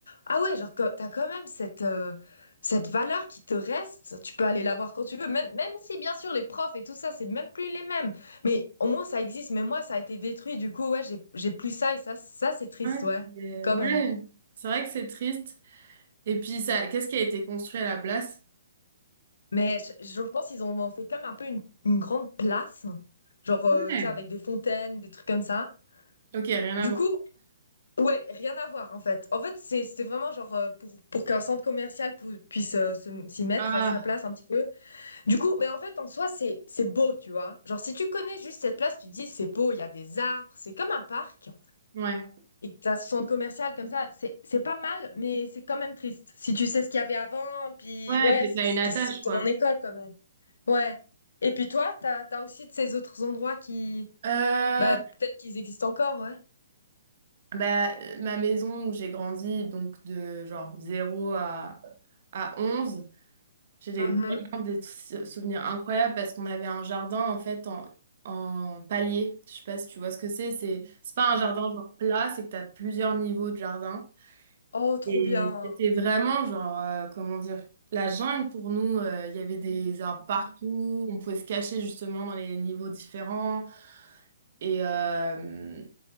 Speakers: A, on the left; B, on the right.
A: ah ouais, genre, co- t'as quand même cette, euh, cette valeur qui te reste, tu peux aller la voir quand tu veux, même, même si, bien sûr, les profs et tout ça, c'est même plus les mêmes, mais au moins, ça existe, mais moi, ça a été détruit, du coup, ouais, j'ai, j'ai plus ça, et ça, ça, c'est triste,
B: Ouais,
A: ouais,
B: c'est
A: quand
B: ouais,
A: même.
B: c'est vrai que c'est triste. Et puis ça, qu'est-ce qui a été construit à la place?
A: Mais je, je pense qu'ils ont en fait comme un peu une, une grande place, genre, euh,
B: Ouais.
A: tu sais, avec des fontaines, des trucs comme ça.
B: Ok, rien à
A: Du
B: voir.
A: coup, ouais, rien à voir en fait. En fait, c'est c'est vraiment genre euh, pour pour qu'un centre commercial pou- puisse euh, se- s'y mettre
B: Ah,
A: à sa place un petit peu. Du coup, mais en fait, en soi, c'est c'est beau, tu vois. Genre si tu connais juste cette place, tu te dis c'est beau, il y a des arbres, c'est comme un parc.
B: ouais.
A: Et que t'as ce centre commercial comme ça, c'est c'est pas mal, mais c'est quand même triste. Si tu sais ce qu'il y avait avant, puis
B: Ouais,
A: ouais,
B: que
A: c'est-
B: t'as
A: c'était
B: une attache,
A: c'était
B: quoi.
A: mon école quand même. Ouais. Et puis toi, t'as t'as aussi de ces autres endroits qui,
B: Euh,
A: bah peut-être qu'ils existent encore, ouais.
B: bah, euh, ma maison où j'ai grandi, donc de genre zéro à, à 11. J'ai des-
A: Mhm.
B: vraiment des sou- souvenirs incroyables parce qu'on avait un jardin en fait en, en palier. Je sais pas si tu vois ce que c'est. C'est c'est pas un jardin genre plat, c'est que tu as plusieurs niveaux de jardin.
A: Oh, trop
B: Et
A: bien.
B: c'était vraiment genre, euh, comment dire, la jungle pour nous. Euh, Il y avait des arbres partout. On pouvait se cacher justement dans les niveaux différents. Et, euh,